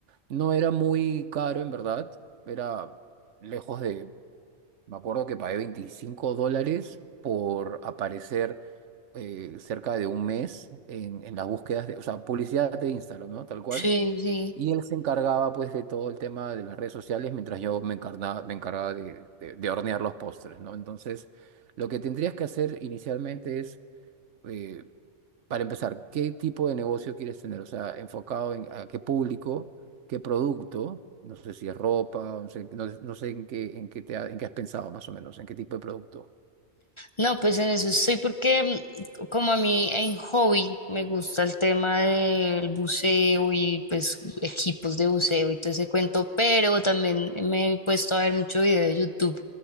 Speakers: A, on the right; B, on the left.
A: No era muy caro, en verdad, era lejos de me acuerdo que pagué 25 dólares por aparecer eh, cerca de un mes en, en las búsquedas de, o sea, publicidad de Instagram, ¿no? Tal cual.
B: Sí, sí.
A: Y él se encargaba pues de todo el tema de las redes sociales mientras yo me encarna- me encargaba de, de- de hornear los postres, ¿no? Entonces, lo que tendrías que hacer inicialmente es, eh, para empezar, ¿qué tipo de negocio quieres tener? O sea, enfocado en a qué público, qué producto, no sé si es ropa, no sé, no- no sé en qué, en qué te ha- en qué has pensado más o menos, en qué tipo de producto.
B: No, pues en eso estoy porque mm, como a mí en hobby me gusta el tema del buceo y pues equipos de buceo y todo ese cuento, pero también me he puesto a ver mucho video de YouTube